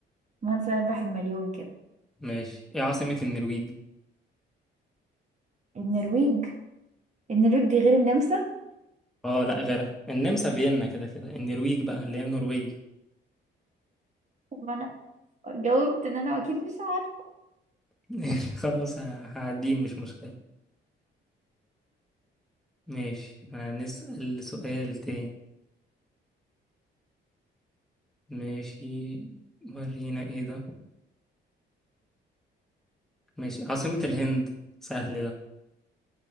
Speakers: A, on the right; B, in the centre.
A: من سيربح المليون كده
B: ماشي ايه عاصمة النرويج
A: النرويج النرويج دي غير النمسا
B: اه لا غيرها النمسا فيينا كده كده النرويج بقى اللي هي نرويج
A: طب ما انا جاوبت ان انا اكيد مش عارفه
B: <laughs> خلاص ه- هعديه مش مشكلة ماشي هنسأل سؤال تاني ماشي ورينا ايه ده ماشي عاصمة الهند سهل ده